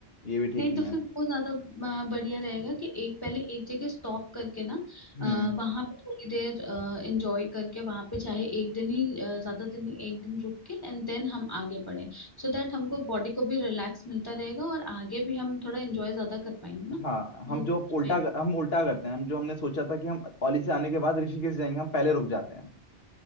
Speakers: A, on the left (about 70°); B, on the left (about 20°).
A: ये भी ठीक
B: नहीं
A: नहीं
B: तो फिर
A: है
B: वो ज्यादा अ, बढ़िया रहेगा कि एक पहले एक जगह स्टॉप करके ना
A: हम्म
B: वहां पे थोड़ी देर एंजॉय करके वहां पे चाहे एक दिन ही अ, ज्यादा दिन नहीं, एक दिन रुक के एंड देन हम आगे बढ़े सो दैट हमको बॉडी को भी रिलैक्स मिलता रहेगा और आगे भी हम थोड़ा एंजॉय ज्यादा कर पाएंगे ना
A: हाँ हम
B: घूम
A: जो
B: पाएंगे
A: उल्टा कर, हम उल्टा करते हैं हम जो हमने सोचा था कि हम ओली से आने के बाद ऋषिकेश जाएंगे हम पहले रुक जाते हैं